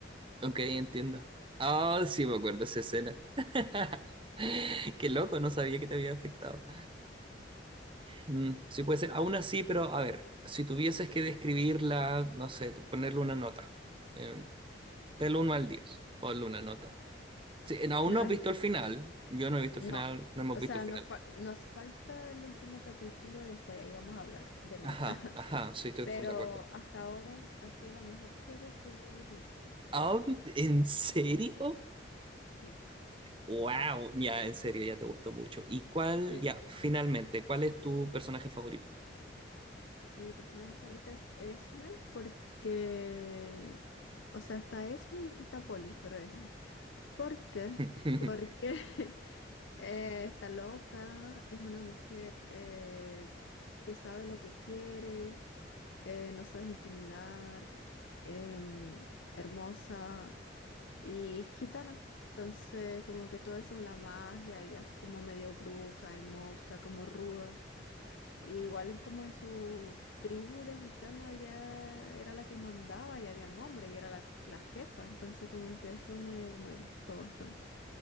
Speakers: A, on the right (about 30°); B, on the left (about 85°).
A: Ok, entiendo. Ah, sí, me acuerdo de esa escena. <laughs> Qué loco, no sabía que te había afectado. Mm, sí puede ser, aún así, pero a ver, si tuvieses que describirla, no sé, tú ponerle una nota, eh, del 1 al 10, ponle una nota. Sí, eh, aún
B: No
A: no has
B: es,
A: visto el final, yo no he visto el
B: no,
A: final, no hemos
B: o
A: visto
B: sea,
A: el final.
B: nos, fa- nos falta el último capítulo y después ahí vamos a hablar de nuevo.
A: Ajá,
B: <laughs>
A: ajá, sí, estoy
B: Pero
A: full de acuerdo.
B: hasta ahora ha sido la mejor serie que he visto.
A: Ah, ¿en serio?
B: Sí,
A: Wow, ya, en serio, ya te gustó mucho. ¿Y cuál,
B: sí.
A: ya, finalmente, cuál es tu personaje favorito?
B: Mi personaje favorita es Esme porque, o sea, está Esme y después está Polly, pero Esme. ¿Por qué?
A: <laughs>
B: Porque <laughs> eh, está loca, es una mujer eh, que sabe lo que quiere, eh, no se deja intimidar, em, hermosa y gitana. Entonces, como que todo eso, la magia, ella es como medio bruja, hermosa, como ruda. Y Igual en- como en su tribu de gitanos, ella era la que mandaba y habían hombres y era la, la jefa. Entonces, como que eso me, me gustó bastante.